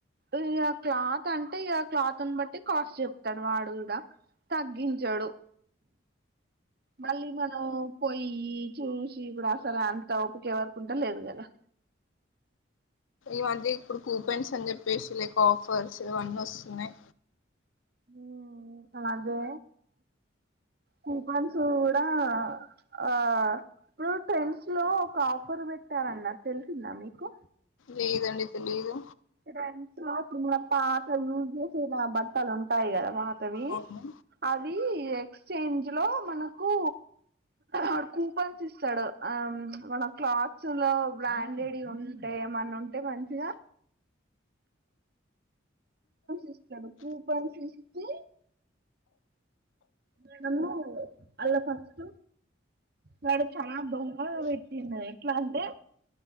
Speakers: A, on the right; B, on the left.
A: ఇగ క్లాత్ అంటే ఇగ క్లాతున్ బట్టి కాస్ట్ చెప్తడు వాడు గుడ తగ్గించడు మళ్ళీ మనం పొయ్యి చూస్ చి ఇప్పుడసలు అంత ఓపిక ఎవరకుంట లేదు గదా
B: ఇ మధ్య ఇప్పుడు కూపన్స్ అన్ జెప్పేసి లైక్ ఆఫర్స్ ఇవన్నొస్తున్నయి.
A: హ్మ్ అదే కూపన్స్ గుడా ఆ ఇప్పుడు ట్రెండ్స్ లో ఒక ఆఫర్ పెట్టారన్నర్ తెలిసిందా మీకు
B: లేదండి తెలీదు
A: రెంట్లో ఇప్పుడు మన పాత యూజ్ చేసేనా బట్టలు ఉంటాయి గదా వాట్ తవి
B: అవును
A: అవీ ఎక్స్చేంజ్ లో మనకు వాడు కూపన్స్ ఇస్తడు, ఆ మన క్లాత్స్ లో బ్రాండెడియ్ ఉంటే ఏమన్న ఉంటే మంచిగా పన్సిస్తడు కూపన్స్ ఇస్తే మనము అల్ల ఫాస్ వాడు చాలా దొంగగ బేట్టిండు ఎట్లా అంటే